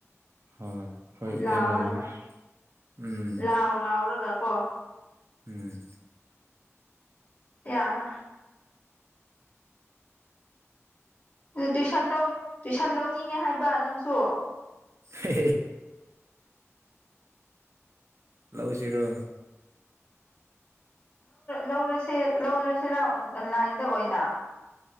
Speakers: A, on the right (about 65°); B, on the left (about 45°).
A: ꯍꯣꯏ ꯍꯣꯏ
B: ꯂꯥꯎꯔꯒ
A: ꯌꯥꯝ ꯂꯩꯕꯅꯤ ꯎꯝ
B: ꯂꯥꯎꯑꯣ ꯂꯥꯎꯔꯒ ꯀꯣ
A: ꯎꯝ
B: ꯑ ꯍ ꯑꯗꯨ ꯇꯨꯏꯁꯟ ꯂꯧ ꯇꯨꯏꯁꯟ ꯂꯧꯅꯤꯡꯉꯦ ꯍꯥꯏꯕ ꯅꯪꯁꯨ
A: ꯍ ꯂꯧꯥꯎꯁꯤꯔꯣ
B: ꯂꯧꯔꯁꯦ ꯂꯧꯗ꯭ꯔꯁꯤꯔꯟꯂꯥꯏꯟꯗ ꯑꯣꯏꯅ